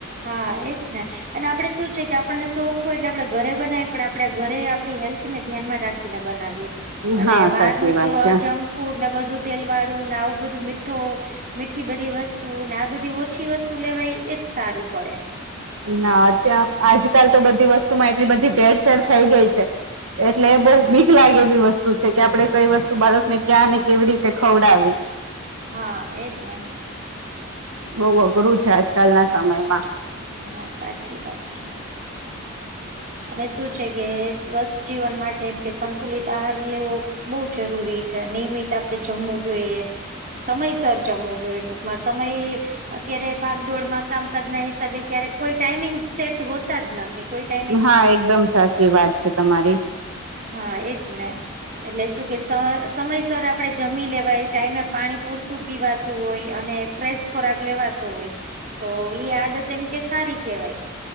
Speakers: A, on the right; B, on the right.
A: હા એજ ને અને આપડે શું છે કે આપણને શોખ હોય એટલે આપડે ઘરે બનાવી પણ આપડે ઘરેય આપડી હેલ્થને ધ્યાનમાં રાખ ખીને બનાવીએ અને
B: હા
A: બહારનું
B: સાચી વાત
A: તો આ
B: છે.
A: જંક ફૂડ ને વધુ તેલ વાળું ને આવું બધું મીઠ્ઠો મીઠી બધી વસ્તુ ને આ બધી ઓછી વસ્ તુ લેવાય એજ સારું પડે.
B: ના અત્યાં આજકાલ તો બધી વસ્તુમાં એટલી બધી ભેળસેેડ થઈ ગઈ છે એટલે બઉ બીક લાગે એવી વસ્તુ છે કે આપડે કઈ વસ્તુ બાળકને ક્યાં ને કેવી રીતે ખવડાવી?
A: હા એ જ ને
B: બોઉ અઘરું છે આજકાલના સમયમાં
A: હા સાચી વાત છે. અને શું છે કે સ્વસ્થ જીવન માટે એમ કે સન તુલિત આહાર લેવો બઉ જરૂરી છે. નિયમિત આપડે જમવું જોઈએ સમયસર જમવું જોઈએ ટૂકમાં સમય અત્યારે ભાગદોડમાં કામકાજના હિસાબે કયારેક કોઈ ટાઈમિંગ સેટ હોતા જ નથી. કોઈ ટાઈમ
B: હા એકદમ સાચી વાત છે તમારી
A: હા એજ ને એટલે શું કે સ સમયસર આપડે જમી લેવાય ટાઈમે પાણી પૂરતું પીવાત તું હોય અને ફ્રેશ ખોરાક લેવાતો હોય તો ઇ આદત એમ કે સારી કેવાય